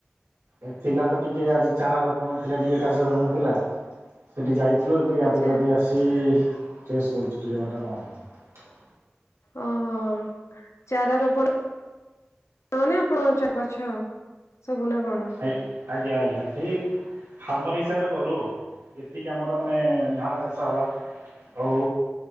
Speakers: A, on the right; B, on the left.
A: ଏ ଥିଲା ତ ଟିକେ ଆଜି ଚାରା ରୋପଣ ଥିଲା ଟିକେ କାର୍ଯ୍ୟକ୍ରମ ଥିଲା ସେ ଟିକେ ଯାଇ, ସ୍ଲୁ ଏବେ ଗାଧେଇ
B: ଆଚ୍ଛା
A: ପାଧେଇ ଆସି କି ଡ୍ରେସ୍ <unintelligible> ଟିକେ ମ୍ୟାଡ଼ାମ ଆଉ।
B: ଓହୋ ଚାରା ରୋପଣ। ହ ନା ଆପଣ ଅଞ୍ଚଳ ଗଛ ସବୁ ନା କଣ?
A: ଆଇ- ଆଜ୍ଞା ଆଜ୍ଞା ଠିକ। ଫାର୍ମର ହିସାବରେ କରୁ ଆଉ ଯେତିକି ଆମର ମାନେ ଧାନ ଚାଷ ହେଲା। ଆଉ